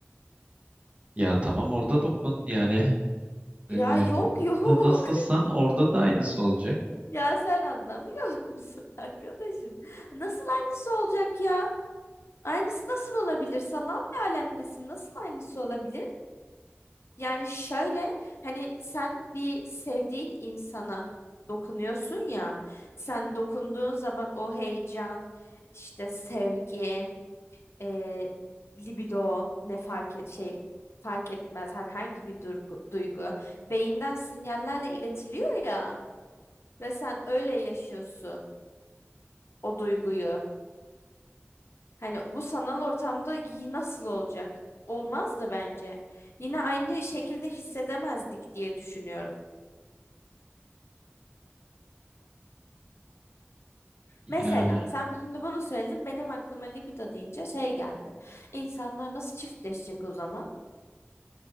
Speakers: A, on the right; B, on the left.
A: Ya tamam orada dokun. Yani
B: Ya
A: e,
B: yok
A: burada
B: yok.
A: nasılsan
B: <laughs>
A: orada da aynısı olacak.
B: Ya sen anlamıyor musun arkadaşım? Nasıl aynısı olacak ya? Aynısı nasıl olabilir? Sanal bir alemdesin. Nasıl aynısı olabilir? Yani şöyle hani sen bir sevdiğin insana dokunuyorsun ya. Sen dokunduğun zaman o heyecan, işte sevgi, e, libido ne fark et şey fark etmez herhangi bir durgu- duygu beyinden sinyallerle iletiliyor ya ve sen öyle yaşıyorsun o duyguyu. Hani bu sanal ortamda giy nasıl olacak? Olmaz da bence. Yine aynı şekilde hissedemezdik diye düşünüyorum.
A: Yani
B: Mesela sen şimdi bunu söyledin benim aklıma libido deyince şey geldi. İnsanlar nasıl çiftleşecek o zaman?